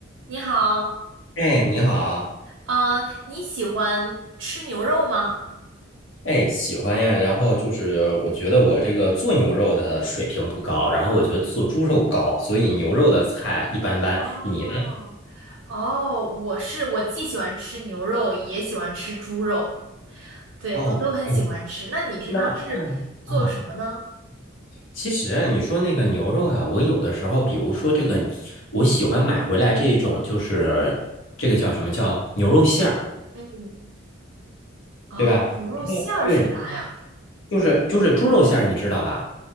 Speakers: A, on the right; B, on the left.
A: 你好，
B: 哎，你好，
A: 嗯，你喜欢吃牛肉吗？
B: 哎，喜欢呀。然后就是，我觉得我这个做牛肉的水平不高，然后我觉得做猪肉高，所以牛肉的菜一般般。
A: 哦，
B: 你呢？
A: 哦，我是，我既喜欢吃牛肉，也喜欢吃猪肉，对，
B: 哦，
A: 都都很喜欢吃。
B: 哎，
A: 那你平常是做什么呢？
B: 那那啊，其实啊，你说那个牛肉啊，我有的时候，比如说这个，我喜欢买回来这种，就是这个叫什么叫牛肉馅儿，
A: 嗯，哦，
B: 对吧？
A: 牛肉馅儿是啥呀？
B: 对，就是就是猪肉馅儿，你知道吧？